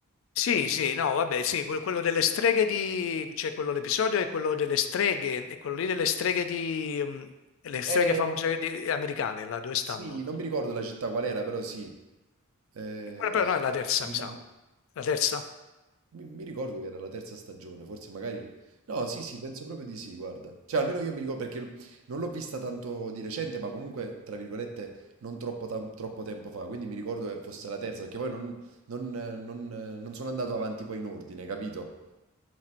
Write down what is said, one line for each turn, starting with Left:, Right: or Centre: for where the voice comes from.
Left: Sì, sì, no, vabbè, sì, que- quello delle streghe di, cioè quello l'episodio è quello delle streghe, e quello lì delle streghe di, mm, le streghe
Right: Eh,
Left: famose di- americane, là dove stanno?
Right: sì, non
Left: E
Right: mi ricordo la città qual era, però sì. Eh,
Left: quella però
Right: sì.
Left: no, è la terza,
Right: mi,
Left: mi
Right: ma-
Left: sa. La terza?
Right: mi- mi ricordo che era la terza stagione, forse magari... No, sì, sì, penso proprio di sì, guarda. Cioè, almeno io mi ricordo perché l- non l'ho vista tanto di recente, ma comunque, tra virgolette, non troppo, tam- troppo tempo fa. Quindi mi ricordo che fosse la terza, perché poi non, non, eh, non, eh, non sono andato avanti poi in ordine, capito?